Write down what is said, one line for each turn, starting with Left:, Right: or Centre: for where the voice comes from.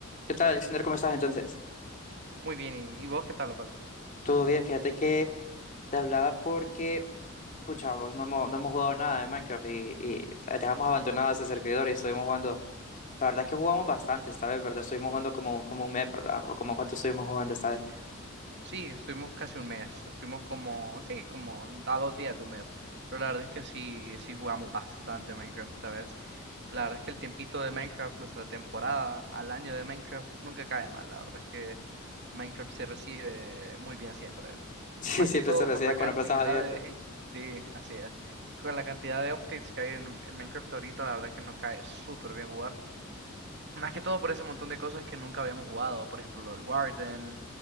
Left: ¿Qué tal, Alexander? ¿Cómo estás entonces?
Right: Muy bien, ¿y vos qué tal, Opaldo?
Left: Todo bien, fíjate que te hablaba porque, pucha, vos no hemos, no hemos jugado nada de Minecraft y, y dejamos abandonado ese servidor y estuvimos jugando. La verdad es que jugamos bastante esta vez, ¿verdad? Estuvimos jugando como, como un mes, ¿verdad? O como cuánto estuvimos jugando esta vez. <laughs>
Right: Sí, estuvimos casi un mes, estuvimos como, sí, como a dos días de un mes, pero la verdad es que sí, sí jugamos bastante Minecraft esta vez. La verdad es que el tiempito de Minecraft, nuestra temporada al año de Minecraft, nunca cae mal, la verdad es que Minecraft se recibe muy bien siempre.
Left: Sí,
Right: Más
Left: siempre
Right: que todo
Left: se recibe
Right: por la cantidad
Left: con las plazas abiertas.
Right: de... <laughs> Sí, así es. Con la cantidad de updates que hay en, en Minecraft ahorita, la verdad es que nos cae súper bien jugar. Más que todo por ese montón de cosas que nunca habíamos jugado, por ejemplo, lo del Warden,